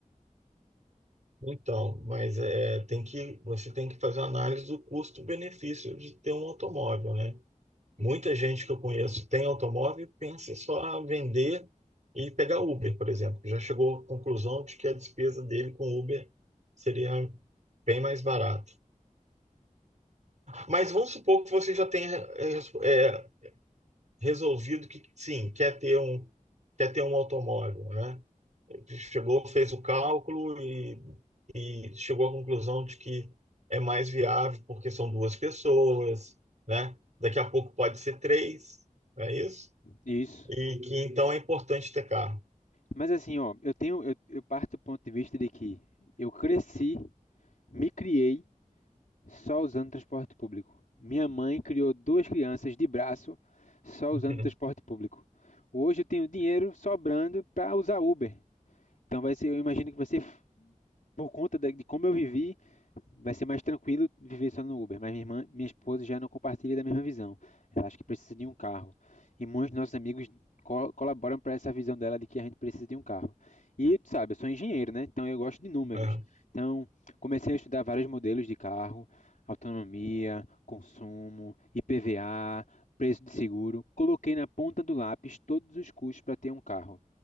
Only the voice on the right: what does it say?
Então, mas é, tem que, você tem que fazer uma análise do custo-benefício de ter um automóvel, né? Muita gente que eu conheço tem automóvel e pensa em só vender e pegar Uber, por exemplo. Já chegou à conclusão de que a despesa dele com Uber seria bem mais barata. Mas vamos supor que você já tenha é, é, resolvido que sim, quer ter um, quer ter um automóvel, né? Chegou, fez o cálculo e, e chegou à conclusão de que é mais viável porque são duas pessoas, né? Daqui a pouco pode ser três, não é isso?
E que então é importante ter carro.
<laughs>
É.